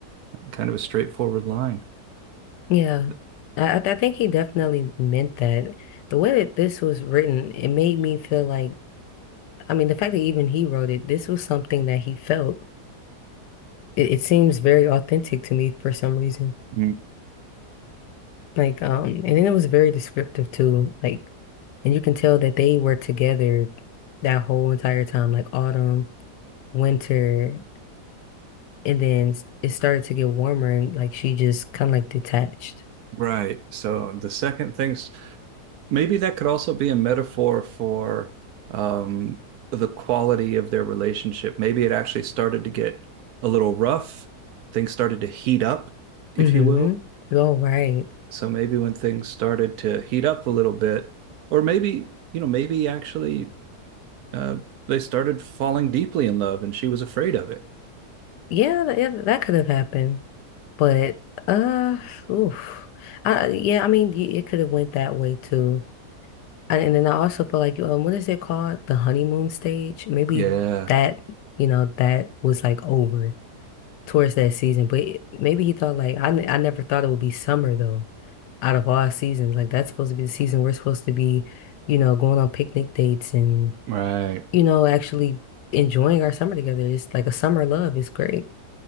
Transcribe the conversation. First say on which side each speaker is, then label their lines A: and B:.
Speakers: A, on the right (about 70°); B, on the left (about 80°).
A: kind of a straightforward line.
B: Yeah.
A: Th-
B: I, I th- I think he definitely meant that. The way that this was written, it made me feel like, I mean, the fact that even he wrote it, this was something that he felt. It, it seems very authentic to me for some reason.
A: Mm.
B: Like, um, and then it was very descriptive too. Like, and you can tell that they were together that whole entire time, like autumn, winter. And then it started to get warmer and like she just kind of like detached.
A: Right. So the second thing's maybe that could also be a metaphor for um, the quality of their relationship. Maybe it actually started to get a little rough. Things started to heat up, if
B: Mm-hmm.
A: you will.
B: All right.
A: So maybe when things started to heat up a little bit, or maybe, you know, maybe actually uh, they started falling deeply in love and she was afraid of it.
B: Yeah, th- yeah, that could have happened. But uh oof. I yeah, I mean y- it could have went that way too. And and then I also feel like um what is it called? The honeymoon stage? Maybe
A: Yeah.
B: that, you know, that was like over. towards that season. But maybe he thought like I, ne- I never thought it would be summer though. Out of all seasons, like that's supposed to be the season we're supposed to be, you know, going on picnic dates and
A: Right.
B: you know actually enjoying our summer together. It's like a summer love. It's great.